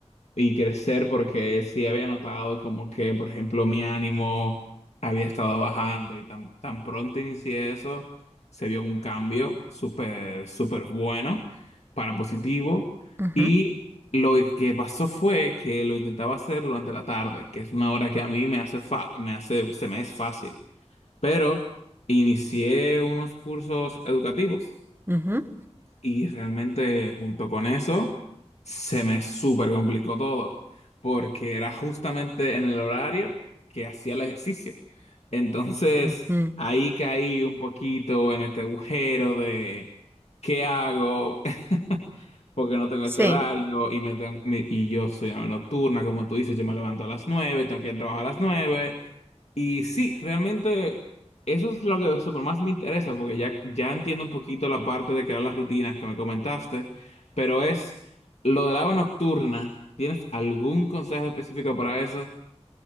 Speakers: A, on the left; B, on the right.
A: y crecer porque sí había notado como que, por ejemplo, mi ánimo había estado bajando y tan, tan pronto inicié eso, se vio un cambio súper, súper bueno para positivo
B: Ujú,
A: y lo que pasó fue que lo intentaba hacer durante la tarde, que es una hora que a mí me hace fa- me hace, se me es fácil pero inicié unos cursos educativos
B: ujú,
A: y realmente junto con eso se me súper complicó todo, porque era justamente en el horario que hacía el ejercicio. Entonces
B: ujú.
A: ahí caí un poquito en este agujero de ¿qué hago? <laughs> porque no tengo
B: Sí.
A: este horario y, me tengo- me- y yo soy una nocturna, como tú dices, yo me levanto a las nueve tengo que ir a trabajar a las 9 y sí, realmente eso es lo que super más me interesa, porque ya, ya entiendo un poquito la parte de crear las rutinas que me comentaste, pero es lo del agua nocturna. ¿Tienes algún consejo específico para eso?